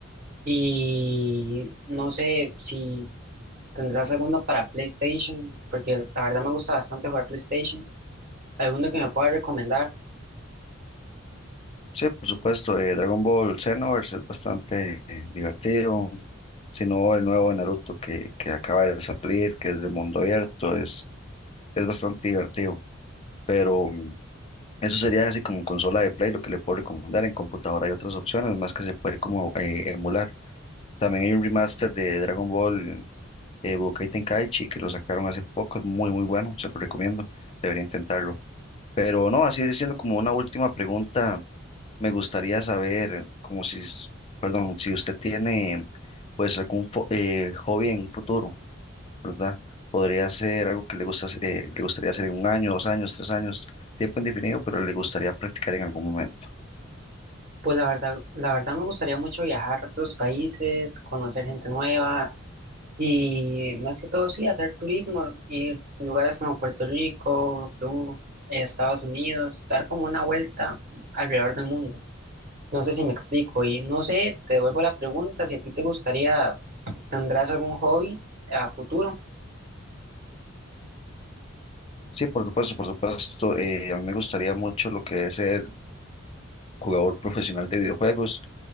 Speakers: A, on the right; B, on the left.
A: Y no sé si tendrás alguno para PlayStation, porque la verdad me gusta bastante jugar PlayStation. ¿Alguno que me pueda recomendar?
B: Sí, por supuesto, eh, Dragon Ball Xenoverse es bastante eh, divertido, sino el nuevo de Naruto que, que acaba de salir, que es de mundo abierto, es, es bastante divertido, pero mm, eso sería así como en consola de Play, lo que le puedo recomendar, en computadora hay otras opciones más que se puede como eh, emular. También hay un remaster de Dragon Ball eh, Budokai Tenkaichi, que lo sacaron hace poco, es muy, muy bueno, se lo recomiendo, debería intentarlo. Pero no, así siendo como una última pregunta, me gustaría saber, como si, s- perdón, si usted tiene pues algún fo- eh, hobby en un futuro, ¿verdad? Podría ser algo que le gusta, hacer- eh, le gustaría hacer en un año, dos años, tres años, tiempo indefinido, pero le gustaría practicar en algún momento.
A: Pues la verdad, la verdad me gustaría mucho viajar a otros países, conocer gente nueva, Y más que todo, sí, hacer turismo, ir a lugares como Puerto Rico, Perú, eh, Estados Unidos, dar como una vuelta alrededor del mundo. No sé si me explico y no sé, te devuelvo la pregunta, si a ti te gustaría, ¿tendrás algún hobby a futuro?
B: Sí, por supuesto, por supuesto, eh, a mí me gustaría mucho lo que es ser jugador profesional de videojuegos,